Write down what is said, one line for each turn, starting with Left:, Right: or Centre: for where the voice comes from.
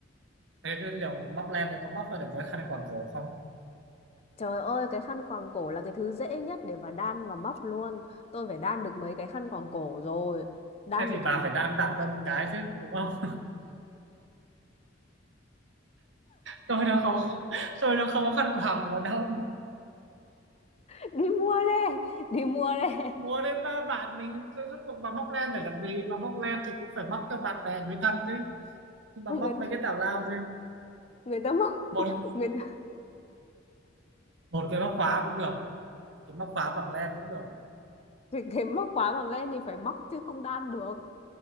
Right: thế cái liệu móc len đấy có móc ra được với khăn quàng cổ không
Left: Trời ơi, cái khăn quàng cổ là cái thứ dễ nhất để mà đan và móc luôn. Tôi phải đan được mấy cái khăn quàng cổ rồi. Đan
Right: thế thì
Left: được cả...
Right: bà phải đan tặng tôi một cái chứ đúng không <laughs> tôi đâu không tôi đâu không có khăn quàng mùa đông
Left: <laughs> Đi mua đi, đi mua đi.
Right: mua đến ba bạn mình tôi rốt cuộc bà móc len để làm gì bà móc len thì cũng phải móc cho bạn bè người thân chứ nhưng mà
Left: <laughs> Người
Right: móc mấy
Left: ta,
Right: cái tào lao chứ
Left: người ta móc,
Right: một
Left: người ta,
Right: một cái móc khóa cũng được cái móc khóa bằng len cũng được
Left: <laughs> cái, cái móc khóa bằng len thì phải móc chứ không đan được.